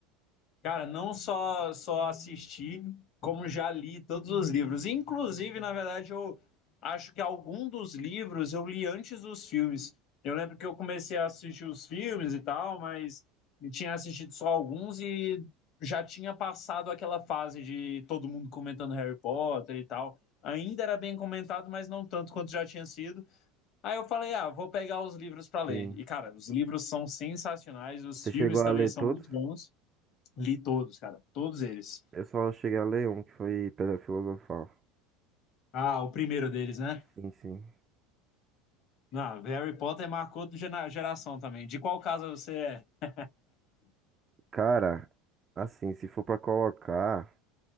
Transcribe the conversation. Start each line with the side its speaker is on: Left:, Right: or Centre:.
Left: Cara, não só só assisti, como já li todos os livros. Inclusive, na verdade, eu acho que algum dos livros eu li antes dos filmes. Eu lembro que eu comecei a assistir os filmes e tal, mas eu tinha assistido só alguns e já tinha passado aquela fase de todo mundo comentando Harry Potter e tal. Ainda era bem comentado, mas não tanto quanto já tinha sido. Aí eu falei, ah, vou pegar os livros para ler.
Right: Sim.
Left: E, cara, os livros são sensacionais, os
Right: Você
Left: filmes
Right: chegou a
Left: também
Right: ler
Left: são
Right: todos?
Left: muito bons. Li todos, cara. Todos eles.
Right: Eu só cheguei a ler um, que foi Pedra Filosofal.
Left: Ah, o primeiro deles, né?
Right: Sim, sim.
Left: Não, Harry Potter marcou outra gera- geração também. De qual casa você é?
Right: Cara, assim, se for pra colocar,